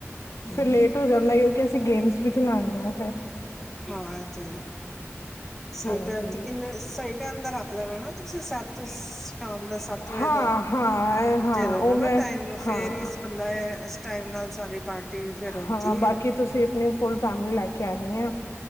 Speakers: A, in the centre; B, on the left.
A: ਹਮ
B: ਫੇਿਰ ਲੇਟ ਹੋ ਜਾਂਦਾ ਅਸੀਂ ਗੇਮਸ ਵੀ ਖਿਲਾਣੀ ਆ ਫਿਰ
A: ਹਾਂ ਤੇ ਸਹੀ
B: ਹਾਂਜੀ
A: ਟਾਈਮ ਤੇ ਕਿੰਨੇ ਸਹੀ ਟਾਈਮ ਦਾ ਰੱਖ ਲੈਣਾ ਨਾ ਤੁਸੀਂ ਸੱਤ ਸ਼ਾਮ ਦਾ ਸੱਤ ਵਜੇ
B: ਹਾਂ
A: ਦਾ
B: ਹਾਂ ਹਾਂ
A: ਦੇ ਦੇਣਾ
B: ਉਹ
A: ਨਾ
B: ਮੈਂ
A: ਟਾਈਮ ਫੇਰ
B: ਹਾਂ
A: ਹੀ ਇਸ ਬੰਦਾ ਟਾਈਮ ਨਾਲ ਸਾਰੀ ਪਾਰਟੀ ਫੇਰ ਆਉਂਦੀ
B: ਹਾਂ
A: ਹੈ।
B: ਬਾਕੀ ਤੁਸੀਂ ਆਪਣੀ ਫੁਲ ਫੈਮਿਲੀ ਲੈ ਕੇ ਕਹਿਦੀ ਆ